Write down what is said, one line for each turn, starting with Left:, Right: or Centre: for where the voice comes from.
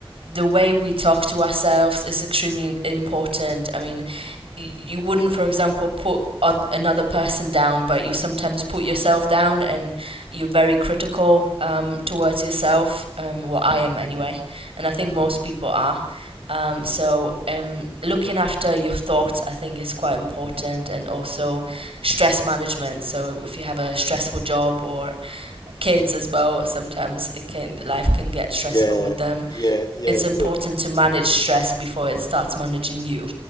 Right: the way we talk to ourselves is extremely important. I mean, you wouldn't, for example, put another person down, but you sometimes put yourself down and you're very critical um, towards yourself. Um, well, I am anyway, and I think most people are. Um, so, um, looking after your thoughts, I think, is quite important, and also stress management. So, if you have a stressful job or kids as well, sometimes it can life can get stressful
Left: Yeah,
Right: with them.
Left: yeah, yeah.
Right: It's important
Left: So
Right: to manage stress before it starts managing you.